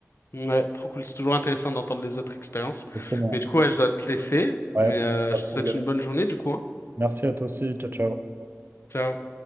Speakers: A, on the left; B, on the right.
A: Ouais, trop cool, c'est toujours intéressant d'entendre les autres expériences.
B: Exactement.
A: Mais du coup, ouais, je dois te laisser,
B: Ouais,
A: mais euh,
B: pas
A: je
B: de problème.
A: te souhaite une bonne journée, du coup, hein.
B: Merci à toi aussi. Ciao, ciao.
A: Ciao.